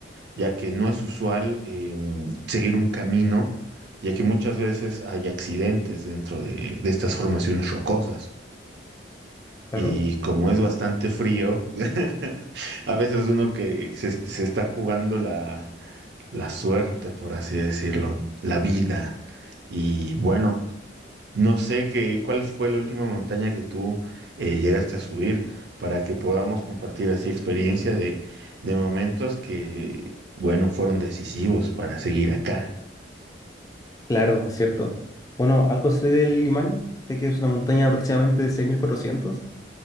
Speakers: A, on the right; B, on the left.
A: ya que no es usual em, seguir un camino, ya que muchas veces hay accidentes dentro de de estas formaciones rocosas.
B: Claro,
A: Y como es bastante frío, <laughs> a veces uno que se, se está jugando la, la suerte, por así decirlo, la vida. Y bueno, no sé qué, cuál fue la última montaña que tú eh, llegaste a subir para que podamos compartir así experiencia de, de momentos que, bueno, fueron decisivos para seguir acá.
B: claro, es cierto. Bueno, algo sé del Limani, sé que es una montaña de aproximadamente de 6.400.